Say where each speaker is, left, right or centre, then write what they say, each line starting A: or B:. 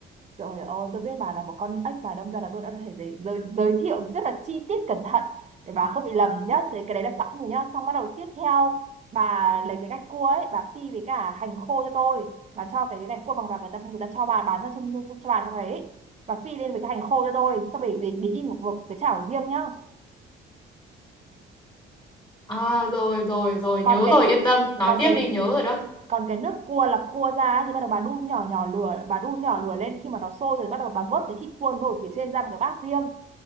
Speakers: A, on the right (about 35°); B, on the left (about 20°).
A: rồi, ơi, tôi biết bà là một con ếch mà đâm ra là tôi đã có thể giới, giới, giới thiệu rất là chi tiết cẩn thận để bà không bị lầm nhá. Thế cái đấy là sẵn rồi nhá. Xong bắt đầu tiếp theo, bà lấy cái gạch cua ấy, bà phi với cả hành khô cho tôi. Bà cho cái gạch cua bằng vàng người ta, người ta cho bà bán ra trong cho, cho bà trong đấy. Bà phi lên với cái hành khô cho tôi, xong rồi để, để in một, một cái chảo riêng nhá.
B: À rồi rồi rồi
A: Còn
B: nhớ
A: cái
B: rồi yên tâm nói
A: còn
B: tiếp
A: cái
B: đi nhớ rồi đó.
A: còn cái nước cua lọc cua ra ấy, thì bắt đầu bà đun nhỏ nhỏ lửa, bà đun nhỏ lửa lên khi mà nó sôi rồi bắt đầu bà vớt cái thịt cua nổi phía trên ra một cái bát riêng,